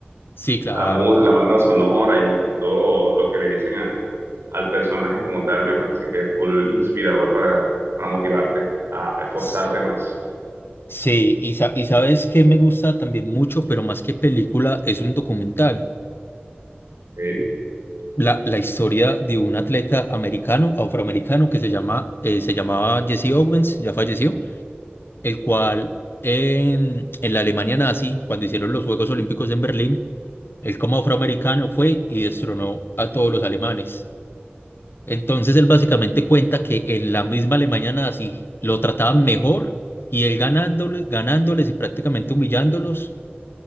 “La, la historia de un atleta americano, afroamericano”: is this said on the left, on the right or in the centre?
Left